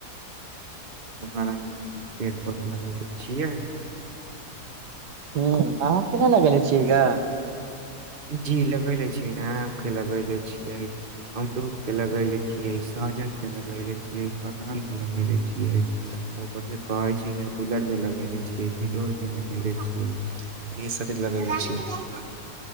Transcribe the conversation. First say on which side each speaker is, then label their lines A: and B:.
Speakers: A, on the right (about 35°); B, on the right (about 90°).
A: बड़ा नीक नीक पेड़ पौधा लगैले छियै।
B: हूंम्म अहाँ के नै लगेले छियैगा
A: जी लगैले छियै न आम के लगैले छियै अमरूद के लगैले छियै सहजन के लगैले छियै कटहल के लगैले छियै उपर से कहै छियै गुलर के लगैले छियै बिलोर के लगैले छियै इहे सबटिक छियै